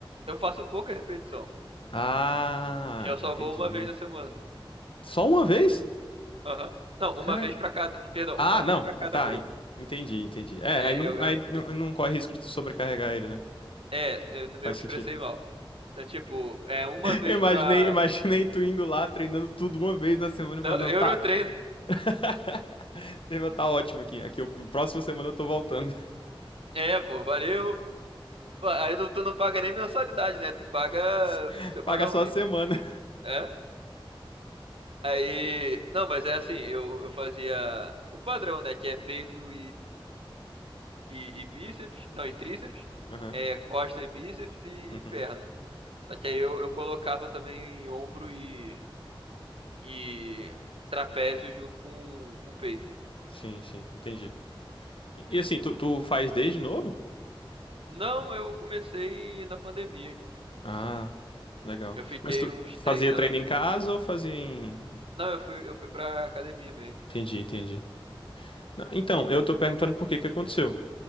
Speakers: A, on the right; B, on the left.
A: eu faço pouca repetição.
B: Ah,
A: E eu só
B: entendi.
A: vou uma vez na semana.
B: Só uma vez?
A: Aham. Não, uma
B: Cara,
A: vez pra cada. Perdão,
B: ah,
A: uma vez
B: não,
A: pra cada
B: ah, tá,
A: grupo.
B: en- entendi, entendi. É,
A: É,
B: aí não,
A: eu,
B: aí
A: eu me expliquei.
B: não, não corre risco de tu sobrecarregar ele, né?
A: É, eu, eu
B: Faz
A: me expressei
B: sentido.
A: mal. Então, tipo, é uma vez
B: Eu Imaginei,
A: pra.
B: imaginei tu indo lá, treinando tudo uma vez na semana e falando,
A: Não,
B: não,
A: Eurotreino.
B: tá, <laughs> nível tá ótimo aqui. Aqui, o próxima semana eu tô voltando.
A: É, pô, valeu. Pô, Aí não- tu não paga nem mensalidade, né? Tu paga
B: <laughs>
A: semanalmente.
B: Paga só a semana.
A: É. Aí. Não, mas é assim, eu, eu fazia o padrão, né? Que é peito e, e bíceps, não, e tríceps,
B: Aham,
A: é, costa e bíceps e,
B: uhum.
A: e perna. Só que aí eu, eu colocava também ombro e, e trapézio junto com, com peito.
B: Sim, sim, entendi. E e assim, tu, tu faz desde novo?
A: Não, eu comecei na pandemia.
B: Ah, legal.
A: Eu fiquei
B: Mas tu
A: uns
B: fazia
A: três anos.
B: treino em casa ou fazia em...
A: Não, eu fui, eu fui pra academia mesmo.
B: Entendi, entendi. Não, Então, eu tô perguntando por que que aconteceu.